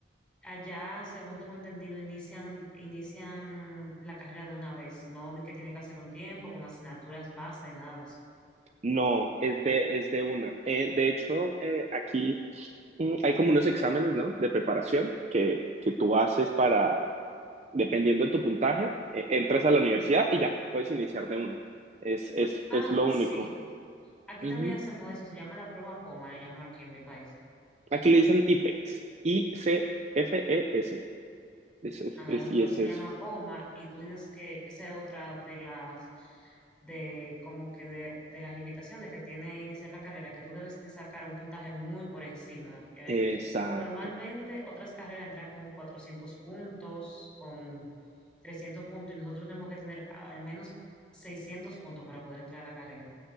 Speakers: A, in the centre; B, on the right (about 35°).
A: allá, según tengo entendido, inician, inician la carrera de una vez, no de que tienen que hacer un tiempo con asignaturas base, nada de eso.
B: No, es de, es de una. Eh, de hecho, eh, aquí mm, hay como unos exámenes, ¿no? De preparación que, que tú haces para, dependiendo de tu puntaje, eh, entras a la universidad y ya, puedes iniciar de una. Es, es,
A: Ah,
B: es lo
A: sí.
B: único.
A: Aquí
B: Ujú.
A: también hacemos eso, se llama la prueba POMA, le llaman aquí en mi país.
B: Aquí le dicen IPEX. I-C-F-E-S. Es, es,
A: A nosotros
B: es- y es
A: se
B: eso.
A: llama poma y tú tienes que, esa es otra de las, de como que de, de las limitaciones que tiene iniciar la carrera, que tú debes de sacar un puntaje muy por encima. Eh,
B: Exacto.
A: normalmente otras carreras entran con 400 puntos, con 300 puntos y nosotros tenemos que tener al menos 600 puntos para poder entrar a la carrera.